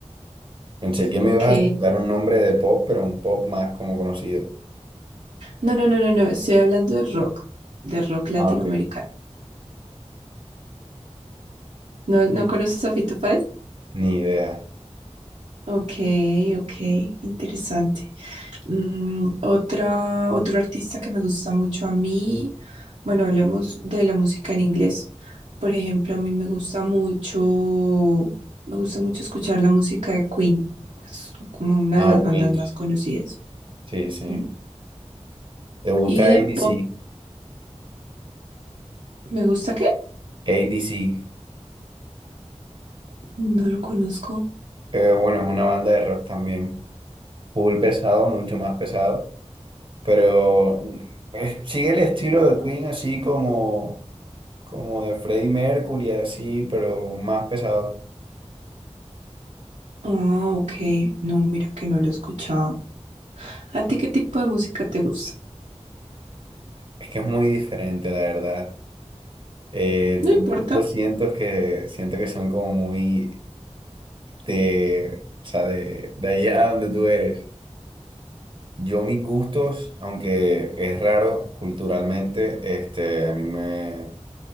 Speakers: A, on the right; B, on the right.
A: Pensé que me
B: Ok.
A: ibas a dar un nombre de pop, pero un pop más como conocido.
B: No, no, no, no, no. Estoy hablando de rock, de rock latinoamericano.
A: Ah, ok.
B: ¿No, no conoces a Fito Páez?
A: Ni idea.
B: Ok, ok, interesante. Mm, otra, otro artista que me gusta mucho a mí, bueno, hablemos de la música en inglés. Por ejemplo, a mí me gusta mucho, me gusta mucho escuchar la música de Queen, es como una
A: Ah,
B: de las bandas
A: Queen.
B: más conocidas.
A: Sí, sí.
B: Mm.
A: ¿Te gusta
B: Y de
A: A D C?
B: pop,
A: ADC?
B: ¿me gusta qué?
A: ADC.
B: No lo conozco.
A: Eh, bueno, es una banda de rock también. Full pesado, mucho más pesado. Pero mm, eh, sigue el estilo de Queen así como, como de Freddie Mercury, así, pero más pesado.
B: Ah, ok, no, mira que no lo he escuchado. ¿A ti qué tipo de música te gusta?
A: Es que es muy diferente, la verdad. Eh,
B: No
A: tus
B: importa.
A: gustos siento que, siento que son como muy de, o sea, de, de allá donde tú eres. Yo mis gustos, aunque es raro culturalmente, este, a mí me,